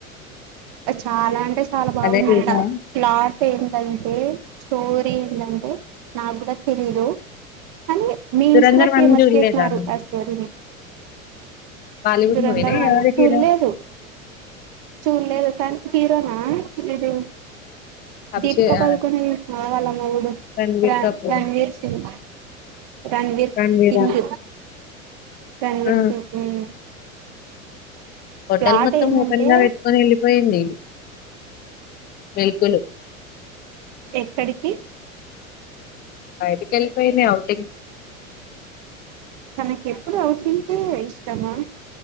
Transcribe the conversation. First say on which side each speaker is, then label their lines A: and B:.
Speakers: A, on the right; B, on the left.
A: చాల అంటే చాల బాగుందంట
B: అదే చూసా
A: క్లాత్ ఏంటంటే స్టోరీ ఏంటంటే నాక్ కూడా తెలీదు కానీ మీమ్స్
B: దురంధర్
A: లో
B: వన్
A: ఫేమస్
B: చూడలేదా
A: చేసినారు
B: నువ్వు
A: అ స్టోరీని
B: బాలీవుడ్
A: దురంధర్
B: మూవీనా
A: వన్
B: ఎవరు
A: చూల్లేదు
B: హీరో
A: చూల్లేదు. హీరో నా ఇది
B: అభిషే
A: దీపిక
B: ఆ
A: పదుకొనే వాల మొగుడు
B: రణ్వీర్
A: ర
B: కపూర్
A: రణ్వీర్ సింగ్ రణ్వీర్
B: రణ్వీరా
A: సింగ్ రణ్వీర్
B: ఆ
A: సింగ్
B: హోటల్
A: ప్లాట్
B: మొత్తం
A: ఏంటంటే
B: ఓపెన్ గా పెట్టుకొని వెళ్లి పోయింది వెల్కులు
A: ఎక్కడికి
B: బయటికి వెళ్ళిపోయింది ఔటింగ్.
A: ఆమెకి ఎప్పుడు ఔటింగే ఇష్టమా